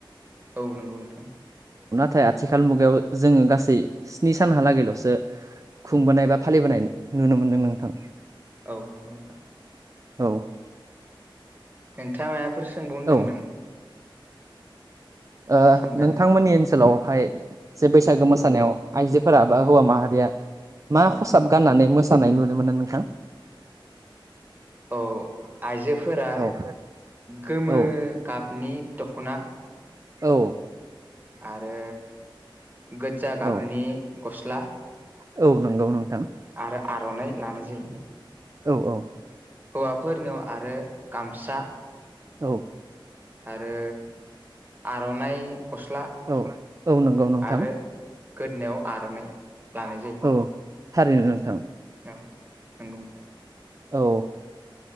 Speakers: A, on the right; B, on the right.
A: औ नंगौ नोंथां
B: थाय आथिखाल मुगायाव जोङो गासै स्नि सानहालागैल'सो खुंबोनाय बा फालिबोनाय नुनो मोनदों नोंथां।
A: औ नंगौ नोंथां
B: औ
A: नोंथाङा माबाफोर सोंबावनो दों
B: औ
A: नामा
B: ओ
A: सोंजागोन
B: नोंथांमोननि
A: दे
B: ओनसोलावहाय जे बैसागो मोसानायाव
A: औ
B: आइजो फोर बा हौवा माहारिया मा
A: औ
B: खसाब गाननानै मोसानाय नुनो मोना नोंथां? <inaudible>
A: औ आइजोफोरा
B: औ
A: गोमो
B: औ
A: गाबनि दख'ना
B: औ
A: आरो गो्जा गाबनि
B: औ
A: गस्ला
B: औ नंगौ नंगौ
A: आरो आर'नाइ लानाय जायो
B: औ औ
A: हौवाफोरनियाव आरो गामसा
B: औ
A: आरो आर'नाइ गस्ला
B: औ औ नंगौ नोंथां।
A: आरो गोदोनायाव आर'नाइ लानाय जायो
B: औ थारैनो नोंथां
A: औ नंगौ नोंथां
B: औ